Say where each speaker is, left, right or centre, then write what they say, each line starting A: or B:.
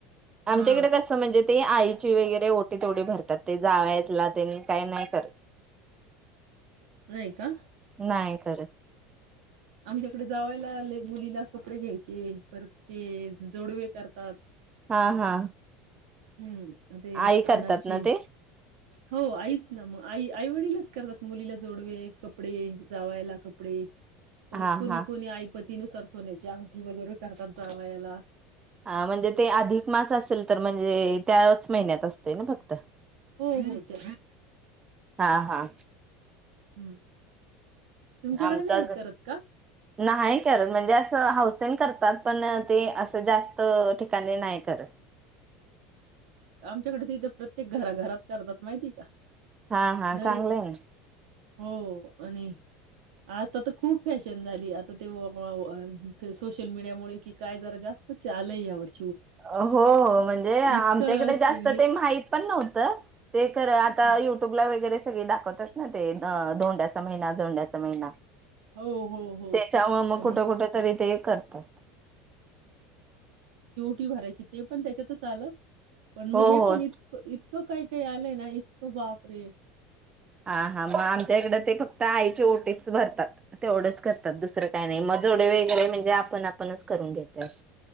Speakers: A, on the right (about 85°); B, on the right (about 20°).
A: हां,
B: आमच्याकडे कस म्हणजे ते आईची वगैरेओटी तेवढे भरते. ते जावयाला येत त्यांनी काही नाही करत.
A: नाही का?
B: नाही करत
A: आमच्याकडे जावायला आले मुलीला कपडे घ्यायचे पर ते जोडवे करतात.
B: हा हा.
A: हम्म. अ ते
B: आई करतात
A: अनारसे
B: ना ते
A: हो आईच ना मग आई आईवडीलच करतात. मुलीला जोडवे कपडे जावायला कपडे परत
B: हा
A: कोणी
B: हा
A: कोणी ऐपत ततीनुसार सोन्याच्या आवी वगैरे करतात जावायाला.
B: ह म्हणजे ते अधिक मास असेल तर म्हणजे त्याच महिन्यात असते ना फक्त
A: हो हो ते
B: हा हा
A: हम्म. तुमच्याकडे
B: आमचा
A: नाही
B: अजून
A: करत का.
B: नाही करत म्हणजे असं हाऊसेन करतात पण ते असं जास्त ठिकाणी नाही करत.
A: आमच्याकडे तिथे प्रत्येक घराघरात करतात माहिती का
B: हा हा
A: दर
B: चांगले
A: एक
B: ना
A: हो आणि आजता तर खूप फॅशन झाली आता ते सोशल मीडियामुळे कि काय जरा जास्त आलंय या वर्षी
B: हो हो म्हणजे
A: इतकं
B: आम डे जास्त
A: वि
B: ते मा पण नव्हत ते कर आता
A: हं.
B: युट्यूबला वगैरे सगळे दाखवतात ना ते धोंड्याचा महिना धोंड्याचा महिना
A: हो, हो, हो.
B: त्याच्या मुळेमग
A: आणि
B: कुठं कुठ तरी ते करतात
A: ी भरायची ते पण त्याच्यातच आलं पण मग
B: हो
A: हे
B: हो
A: पण इतकं इतकं काय आले ना इतको वापरे
B: हा हा मग आमच्या इकडे ते फक्त आईचे ओटीच भरतात तेवढंच करतात दुसरं काय नाही मगजेवढे वगैरे म्हणजे आपण आपणच करून घेते अस